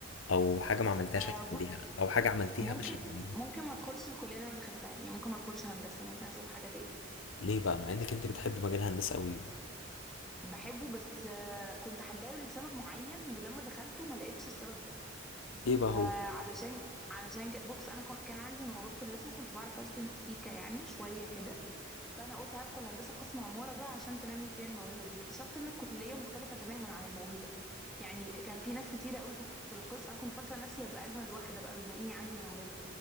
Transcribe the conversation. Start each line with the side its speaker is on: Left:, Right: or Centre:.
Left: او حاجه ما عملتهاش
Centre: آه
Left: هتعمليها
Centre: بص
Left: او حاجه عملتيها
Centre: ممكن
Left: مش هتعمليها
Centre: ممكن ما ادخلش الكليه اللي انا دخلتها يعني ممكن ما ادخلش هندسه ممكن اشوف حاجه تاني
Left: ليه بقى مع انك انت بتحب مجال الهندسه قوي
Centre: بحبه بس آه كنت حباه لسبب معين ولما دخلته ما لقيتش السبب ده
Left: ايه بقى
Centre: فعلشان
Left: هو
Centre: علشان كده بص انا كنت كان عندي موهبه الرسم كنت بعرف ارسم سيكا يعني شويه كده فانا قلت هدخل هندسه قسم عماره بقى عشان تنمي فيا الموهبه دي اكتشفت ان الكليه مختلفه تماما عن الموهبه يعني كان في ناس كتيره قوي في في القسم انا كنت فاكره نفسي هبقى اجمد واحده بقى بما اني عندي موهبه